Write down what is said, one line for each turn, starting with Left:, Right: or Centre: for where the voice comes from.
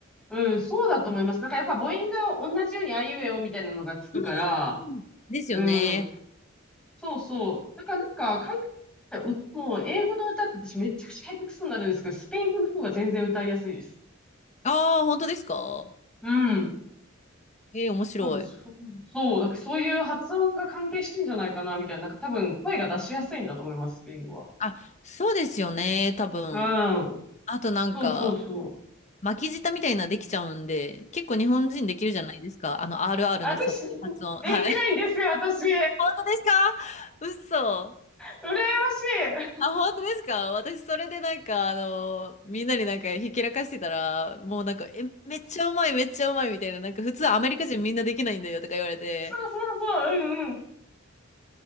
Centre: うん、そうだと思います。なんかやっぱ母音が同じようにあいうえおみたいなのがつくから、
Left: うん。ですよね。
Centre: うん。そうそう。だからなんか、海外う、もう英語の歌って私めちゃくちゃ下手くそになるんですけど、スペイン語の方が全然歌いやすいです。
Left: ああ、本当ですか
Centre: うん。
Left: ええ面白い。
Centre: 多分そう、そう、だからそういう発音が関係してんじゃないかな、みたいな。なんか多分声が出しやすいんだと思います、
Left: うん
Centre: スペイン語は。
Left: あ、そうですよね、多分。
Centre: うん。
Left: あとなんか、
Centre: そうそうそう。
Left: 巻き舌みたいなできちゃうんで、結構日本人できるじゃないですか。あの、RR
Centre: 私、
Left: のさ発音。
Centre: できないんですよ、
Left: はい。<laughs>
Centre: 私。羨
Left: 本当ですか嘘。
Centre: ましい。
Left: あ、本当ですか私、それでなんか、あの、みんなになんか、ひけらかしてたら、もうなんか、え、めっちゃうまい、めっちゃうまい、みたいな、なんか、普通アメリカ人みんなできないんだよ、とか言われて。
Centre: そうそうそう、うんうん。